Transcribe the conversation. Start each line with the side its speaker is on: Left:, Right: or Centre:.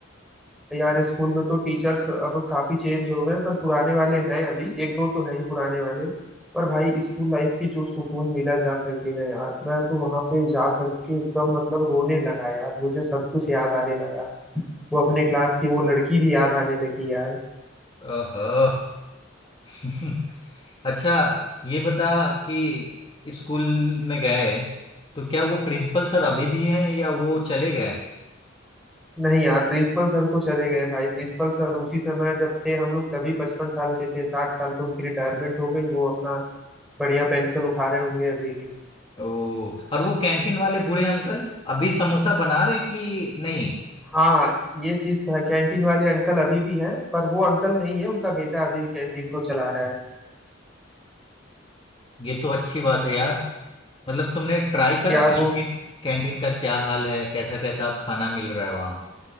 Centre: यार स्कूल में तो टीचर्स अब काफी चेंज हो गए हैं, पर पुराने वाले हैं अभी एक दो तो हैं ही पुराने वाले पर भाई स्कूल लाइफ की जो सुकून मिला जा करके ना यार मैं तो वहां पे जा करके एकदम मतलब रोने लगा यार मुझे सब कुछ याद आने लगा वो अपने क्लास की वो लड़की भी याद आने लगी यार
Left: ओहो <laughs> अच्छा ये बता कि स्कूल में गए तो क्या वो प्रिंसिपल सर अभी भी हैं या वो चले गए
Centre: नहीं यार प्रिंसिपल सर तो चले गए भाई प्रिंसिपल सर उसी समय जब थे हम लोग तभी पचपन साल के थे साठ साल पे उनकी रिटायरमेंट हो गई वो अपना बढ़िया पेंशन उठा रहे होंगे अभी
Left: ओ और वो कैंटीन वाले बूढ़े अंकल अभी समोसा बना रहे कि नहीं
Centre: हाँ ये चीज तो है कैंटीन वाले अंकल अभी भी हैं पर वो अंकल नहीं है उनका बेटा अभी कैंटीन को चला रहा है
Left: ये तो अच्छी बात है यार मतलब तुमने ट्राई करा
Centre: यार
Left: कैंटीन
Centre: वो
Left: कैंटीन का क्या हाल है कैसा कैसा अब खाना मिल रहा है वहाँ